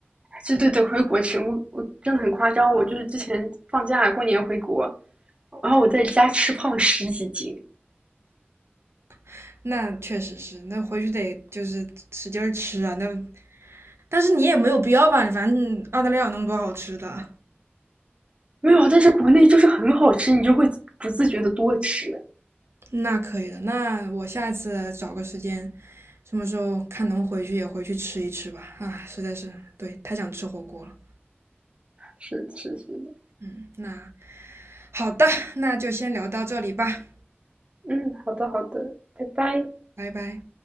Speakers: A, on the right; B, on the right.
A: 对对对，回国吃，我我真的很夸张，我就是之前放假过年回国，然后我在家吃胖十几斤，
B: <laughs> 那确实是，那回去得就是使劲儿吃啊，那，但是你也没有必要吧，反正澳大利亚有那么多好吃的，
A: 没有，但是国内就是很好吃，你就会不自觉的多吃。
B: 那可以的，那我下次找个时间，什么时候看能回去也回去吃一吃吧，啊，实在是，对，太想吃火锅了，
A: 是是是的，
B: 嗯，那。好的，那就先聊到这里吧，
A: 嗯，好的好的，拜拜。
B: 拜拜。